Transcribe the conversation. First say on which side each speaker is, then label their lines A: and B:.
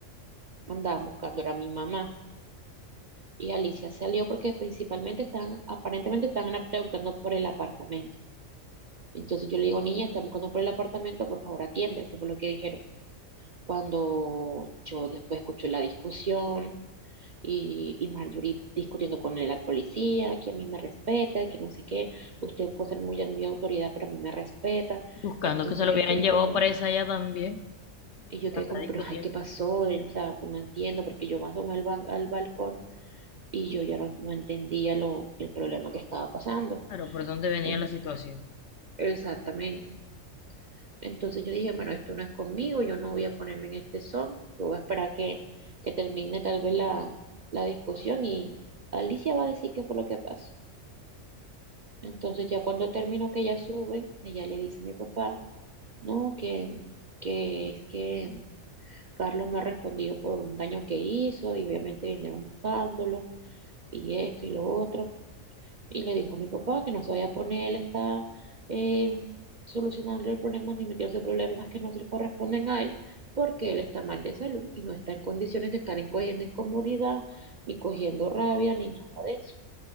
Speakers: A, on the right; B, on the left.
A: andaban buscando era a mi mamá. Y Alicia salió porque principalmente están, aparentemente están preguntando por el apartamento. Entonces yo le digo, niña, están buscando por el apartamento, por favor atiende. Eso fue lo que dijeron. Cuando yo después escuché la discusión, y, y Marjorie discutiendo con la policía, que a mí me respeta, que no sé qué, usted puede ser muy, muy autoridad, pero a mí me respeta.
B: Buscando
A: Entonces
B: que se lo
A: yo
B: hubieran
A: quedé
B: llevado
A: como,
B: para esa allá también.
A: y yo quedé
B: Anda
A: como,
B: discutiendo.
A: pero ay, ¿qué pasó? Eh, O sea, no entiendo, porque yo me asomé al, ban- al balcón y yo ya no, no entendía lo, el problema que estaba pasando.
B: Pero ¿por dónde venía
A: En-
B: la situación?
A: exactamente. Entonces yo dije, bueno, esto no es conmigo, yo no voy a ponerme en este son, yo voy a esperar que, que termine tal vez la, la discusión y Alicia va a decir qué fue lo que pasó. Entonces ya cuando terminó que ella sube, ella le dice a mi papá, no, que, que es que Carlos no ha respondido por un daño que hizo y obviamente vinieron buscándolo y esto y lo otro. Y le dijo a mi papá que no se vaya a poner él está eh, solucionando el problema ni metiéndose en problemas que no se le corresponden a él porque él está mal de salud y no está en condiciones de estar en- cogiendo incomodidad, ni cogiendo rabia, ni nada de eso.